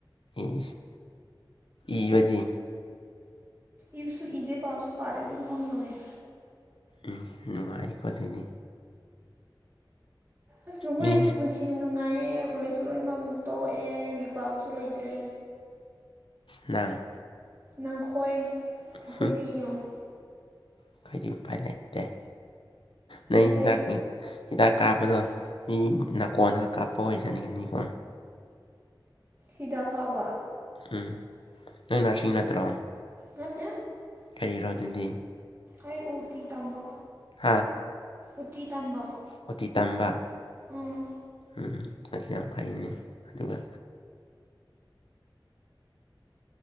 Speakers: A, on the left; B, on the right.
A: ꯏꯁ ꯏꯕꯗꯤ
B: ꯏꯕꯁꯨ ꯏꯗꯦ ꯄꯥꯕꯁꯨ ꯄꯥꯗꯦ ꯑꯗꯨꯝ ꯐꯝꯃꯒꯥ ꯂꯩ
A: ꯎꯝ ꯅꯨꯡꯉꯥꯏꯀꯣ ꯑꯗꯨꯗꯤ
B: ꯑꯁ ꯅꯈꯣꯏ
A: ꯃꯤ
B: ꯄꯨꯟꯁꯤ ꯅꯨꯡꯉꯥꯏꯌꯦ ꯀꯣꯂꯦꯖꯁꯨ ꯂꯣꯏꯅꯃꯛ ꯇꯣꯛꯑꯦ ꯃꯤꯄꯥꯏꯕꯁꯨ ꯂꯩꯇ꯭ꯔꯦ
A: ꯅꯪ
B: ꯅꯪꯈꯣꯏ ꯑꯩꯈꯣꯏꯗꯤ
A: ꯍꯨꯝ
B: ꯌꯦꯡꯉꯨ
A: ꯑꯩꯈꯣꯏꯗꯤ ꯎꯄꯥꯏ ꯂꯩꯇꯦ ꯅꯣꯏ
B: ꯌꯥꯝ
A: ꯍꯤꯗꯥꯛꯅꯤ
B: ꯂꯩꯔꯤ
A: ꯍꯤꯗꯥꯛ ꯀꯥꯞꯄꯗꯣ ꯃꯤ ꯅꯥꯀꯣꯟꯜꯂꯒ ꯀꯥꯞꯄ <unintelligible> ꯀꯣ
B: ꯍꯤꯗꯥꯛ ꯀꯥꯕ
A: ꯎꯝ ꯅꯪ ꯅꯔꯁꯤꯡ ꯅꯠꯇ꯭ꯔꯣ
B: ꯅꯠꯇꯦ
A: ꯀꯔꯤꯔꯣ ꯑꯗꯨꯗꯤ
B: ꯑꯩ ꯎꯇꯤ ꯇꯝꯕ
A: ꯍꯥꯥ
B: ꯎꯇꯤ ꯇꯝꯕ
A: ꯑꯣꯇꯤ ꯇꯝꯕ
B: ꯎꯝ
A: ꯎꯝ ꯑꯁꯤ ꯌꯥꯝ ꯐꯩꯅꯤ ꯑꯗꯨꯒ